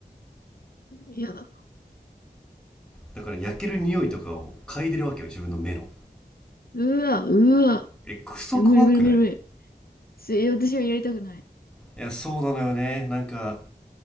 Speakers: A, on the left (about 65°); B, in the centre.
A: 嫌だ。
B: だから焼ける匂いとかを嗅いでるわけよ自分の目の
A: うわ、うわ。
B: えクソ怖くない
A: え無理無理無理無理。すえ私はやりたくない。
B: いやそうなのよねなんか